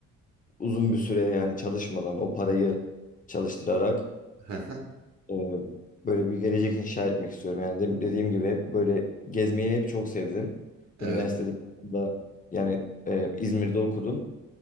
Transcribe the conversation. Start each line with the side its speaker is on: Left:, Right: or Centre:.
Left: uzun bir süre yani çalışmadan o parayı çalıştırarak
Right: Hı hı.
Left: e, böyle bir gelecek inşa etmek istiyorum. Yani de- dediğim gibi hep böyle gezmeyi hep çok sevdim.
Right: Evet.
Left: Üniversitede de yani e, İzmir'de okudum.